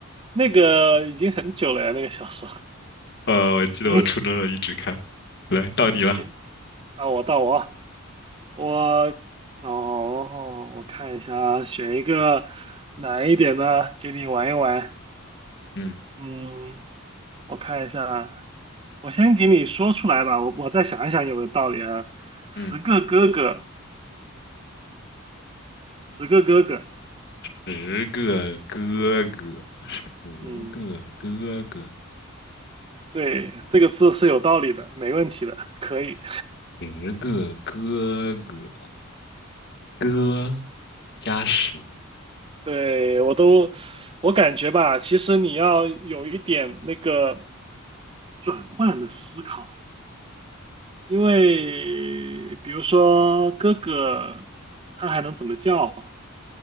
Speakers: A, on the right; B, on the left.
A: 那个已经很久了呀，那个小说。
B: 呃，我记得我初中的时候一直看。
A: 行
B: 来，到你了。
A: 行，到我到我啊我哦，我看一下啊选一个难一点的给你玩一玩。
B: 嗯
A: 嗯，我看一下啊。我先给你说出来吧，我我再想一想有没有道理啊。十个哥哥，
B: 嗯，
A: 十个哥哥，
B: 十个哥哥，十个哥哥，
A: 嗯，对，这个字是有道理的，没问题的，可以。
B: 十个哥哥，哥加十，
A: 对，我都，我感觉吧，其实你要有一点那个转换的思考，因为比如说哥哥，他还能怎么叫，